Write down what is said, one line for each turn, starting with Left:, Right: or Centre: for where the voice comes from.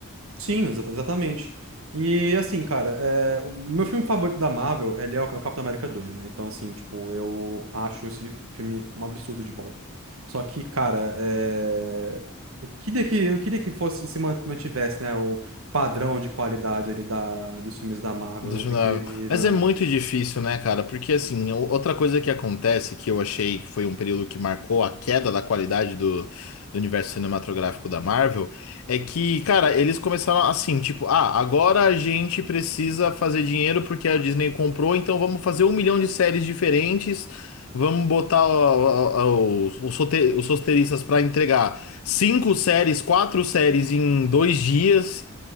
Right: Sim, exata- exatamente. E assim, cara, é, o meu filme favorito da Marvel, ele é o Capitão América dois né? Então, assim, tipo, eu acho esse filme um absurdo de bom. Só que, cara, é... eu queria que, eu queria que fosse, se man- mantivesse, né, o padrão de qualidade ali da, dos filmes da Marvel,
Left: Questionável.
Right: né? Daquele nível,
Left: Mas
Right: né?
Left: é muito difícil, né, cara? Porque, assim, o- outra coisa que acontece, que eu achei que foi um período que marcou a queda da qualidade do, do universo cinematográfico da Marvel, é que, cara, eles começaram assim, tipo, ah, agora a gente precisa fazer dinheiro porque a Disney comprou, então vamos fazer um milhão de séries diferentes, vamos botar ó, ó, ó, os, os rote- os roteiristas pra entregar cinco séries, quatro séries em dois dias.